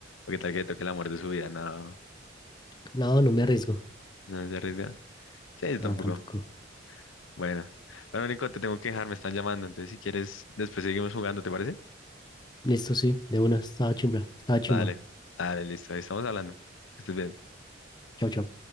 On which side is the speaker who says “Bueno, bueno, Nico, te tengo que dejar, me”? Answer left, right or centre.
Left